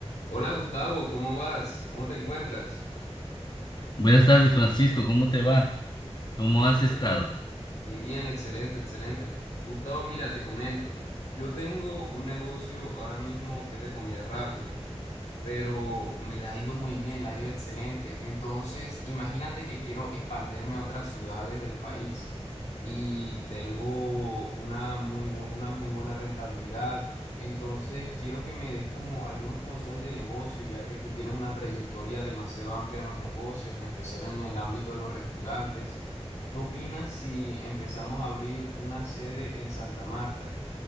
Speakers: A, on the left; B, on the left.
A: Hola Gustavo, ¿cómo vas? ¿Cómo te encuentras?
B: Buenas tardes, Francisco. ¿Cómo te va? ¿Cómo
A: Bien.
B: has estado?
A: Bien, bien, excelente, excelente. Gustavo, mira, te comento. Yo tengo un negocio ahora mismo que es de comida rápida. pero me le ha ido muy bien, le ha ido excelente. Entonces, imagínate que quiero expandirme a otras ciudades del país y tengo una muy, bu- una muy buena rentabilidad. Entonces, quiero que me des como algunos consejos de negocio, ya que tú tienes una trayectoria demasiado amplia en los negocios, en especial en el ámbito de los restaurantes. ¿Qué opinas si empezamos a abrir una sede en Santa Marta?